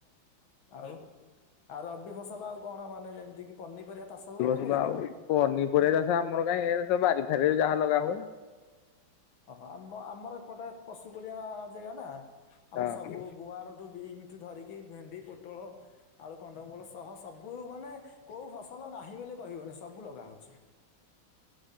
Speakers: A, on the left (about 85°); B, on the left (about 70°).
A: ଆଉ ଆଉ ରବି ଫସଲ ଆଉ କଣ ମାନେ ଯେମିତି କି ପନିପରିବା ଚାଷ ହୁଏ
B: <unintelligible>
A: ନା ହୁଏନି?
B: ଆଉ ପନିପରିବା ଚାଷ ଆମର କାହିଁ ଏରା ସବୁ ବାରି ରିରେ ଯାହା ଲଗା ହୁଏ।
A: ହଁ ଆମ ଆମର ଏପଟେ ପଶୁକୁଳିଆ ଜେଗା ନା
B: ହଁ
A: ଆମର ସବୁ ଗୁଆଁରଠୁ ବିମ ଠୁ ଧରିକି କି ଭେଣ୍ଡି, ପୋଟଳ, ଆଳୁ, କନ୍ଦମୂଳ ସହ ସବୁ ମାନେ କୋଉ ଫସଲ ନାହିଁ ବୋଲି କହିବନି, ସବୁ ଲଗା ହଉଛି।